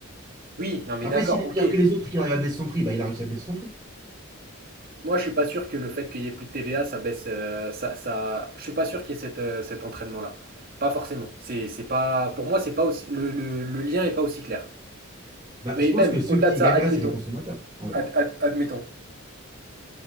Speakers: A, on the right; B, on the right.
A: Oui, non, mais
B: Après,
A: d'accord,
B: s'il est
A: ok.
B: meilleur que les autres et qu'il arrive à baisser son prix, bah il a réussi à baisser son prix.
A: Moi, je suis pas sûr que le fait qu'il y ait plus de TVA, ça baisse, euh, ça, ça, je suis pas sûr qu'il y ait cette, euh, cet entraînement-là. Pas forcément. C'est, c'est pas, pour moi, c'est pas aussi, le, le, le lien est pas aussi clair.
B: Bah
A: Mais
B: je pense
A: même,
B: que ceux
A: au-delà
B: qui
A: de ça,
B: gagneraient
A: admettons,
B: c'est les consommateurs. Ouais.
A: Ad- ad- admettons,